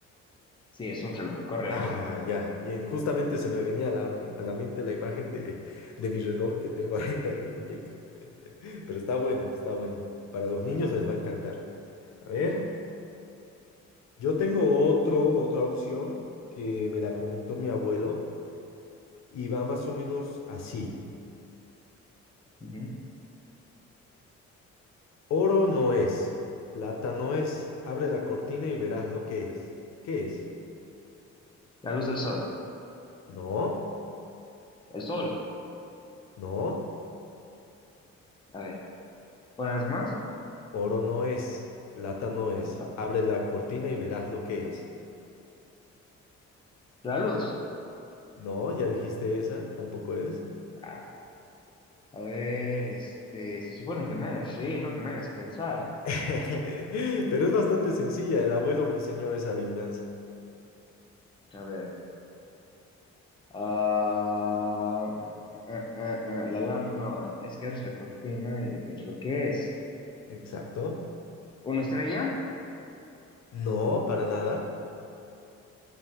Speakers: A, on the left; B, on the left.
A: Sí, es un reloj, correcto.
B: Ah, ya, bien. Justamente se me venía a la, a la mente la imagen de, de mi reloj que tengo <laughs> ahorita en mi muñeca. <laughs> Pero está buena, está buena. Para los niños les va a encantar. A ver, yo tengo otro, otra opción que me la comentó mi abuelo y va más o menos así.
A: Ujú.
B: Oro no es, plata no es. Abre la cortina y verás lo que es. ¿Qué es?
A: La luz del sol.
B: No,
A: El sol.
B: no.
A: A ver, ¿una vez más?
B: Oro no es, plata no es.
A: Ajá.
B: Abre la cortina y verás lo que es.
A: La luz.
B: No, ya dijiste esa, tampoco es.
A: Ah, A ver, este, se supone que me hagas reír, no que me hagas pensar.
B: <laughs> Pero es bastante sencilla, el abuelo me enseñó esa adivinanza.
A: A ver. ah, eh, eh, eh, eh, eh, eh, la lam- no, es que abres la cortina y ves lo que es.
B: Exacto.
A: ¿Una estrella?
B: No, para nada.